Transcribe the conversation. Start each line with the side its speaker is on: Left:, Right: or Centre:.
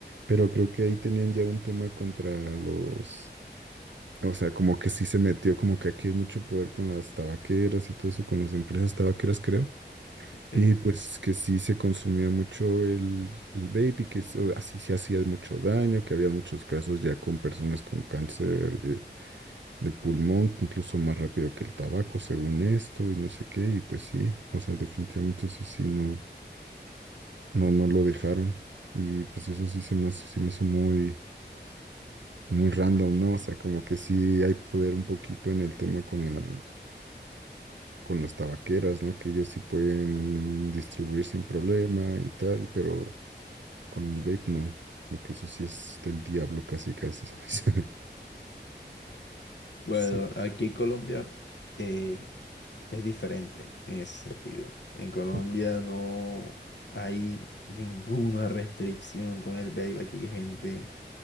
Right: pero creo que ahí tenían ya un tema contra los, o sea, como que sí se metió como que aquí hay mucho poder con las tabaqueras y todo eso, con las empresas tabaqueras, creo.
Left: Ok.
Right: Y pues que sí se consumía mucho el, el vape y que eso- así se hacía mucho daño, que había muchos casos ya con personas con cáncer de, de pulmón, incluso más rápido que el tabaco, según esto, y no sé qué, y pues sí, o sea, definitivamente sí, sí, no, no, no lo dejaron. Y pues eso sí se me, hace- se me hizo muy, muy random, ¿no? O sea, como que sí hay poder un poquito en el tema con la, con las tabaqueras, ¿no? Que ellos sí pueden distribuir sin problema y tal, pero Con el vape no, como que eso sí es del diablo casi casi, ¿sabes? <laughs>
Left: Bueno,
Right: Sí,
Left: aquí en Colombia eh, es diferente en ese sentido. En Colombia
Right: Ok,
Left: no hay ninguna restricción con el vape. Aquí hay gente,